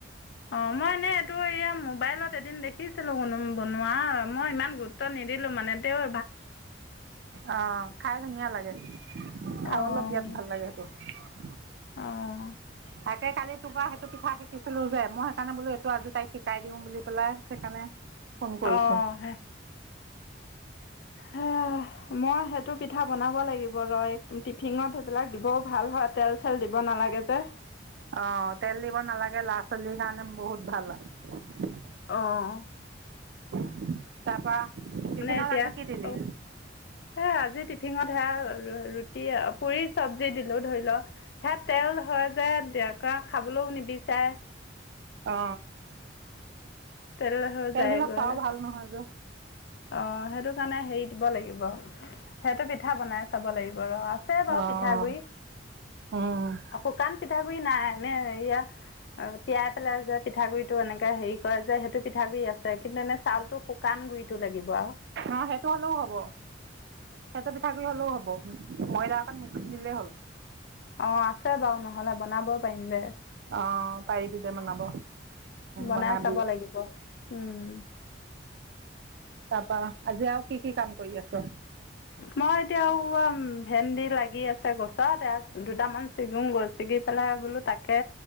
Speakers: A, on the left; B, on the right.
A: অ মই এনেই এইটো এয়া মো মোবাইলত এদিন দেখিছিলো কোনো বনোৱা, মই ইমান গুৰুত্ব নিদিলো মানে তেওঁ
B: অঁ খাই ধুনীয়া লাগে, খাবলৈ
A: অঁ
B: বিৰাট ভাল লাগে সেইটো।
A: অঁ
B: তাকে কালি তোমাৰ পৰা সেইটো পিঠা শিকিছিলো যে, মই সেইকাৰণে বোলো এইটো আজি তাইক শিকাই দিও বুলি পেলাই সেইকাৰণে ফোন কৰিছোঁ
A: অহ হে হেয়া মই সেইটো পিঠা বনাব লাগিব লয় টিফিনত সেইবিলাক দিবও ভাল হয়, তেল তেল দিব নালাগে যে
B: অ তেল দিব নালাগে, ল'ৰা-ছোৱালীৰ কাৰণে বহুত ভাল হয়।
A: অহ
B: <inaudible> তাৰপৰা, টিফিনত
A: এতিয়া
B: আজি কি দিলি?
A: অঁ এই আজি টিফিনত সেয়া ৰ-ৰ-ৰুটি অ পুৰি চব্জি দিলো ধৰি ল সেয়া তেল হৈ যায় দিয়ক কাৰ খাবলৈও নিবিচাৰে,
B: অ
A: তেল হৈ
B: তেল
A: যায়গৈ
B: বিলাক পাও ভাল নহয় যে ।
A: অ সেইটো কাৰণে হেৰি দিব লাগিব সিইটো পিঠা বনাই চাব লাগিব। বাৰ আছে বাৰু
B: অঁ
A: পিঠাগুৰি
B: অঁ
A: শুকান পিঠাগু। গুৰি নাই এনে এইয়া তিয়াই পেলাই যে পিঠাগুৰি টো এনেকে হেৰি কৰে। যে সেইটো পিঠাগুৰি আছে কিন্তু এনে চাউলটো শুকান গুৰিটো লাগিব আৰু,
B: অ সেইটো হ'লেও হ'ব সেইটো পিঠাগুৰি হ'লেও হ'ব ময়দা অকণ মিক্স দিলেই হ'ল।
A: অ আছে বাৰু নহলে বনাব। পাৰিম দে
B: আহ পাৰিবি দে বনাব
A: বনাই
B: বনাবি
A: চাব লাগিব উম।
B: তাপা আজি আৰু কি কি কাম কৰি আছ?
A: মই এতিয়া ভেন্দি লাগি আছে গছত দুটামান চিঙুংগৈ ছিগি পেলাই বোলো তাকে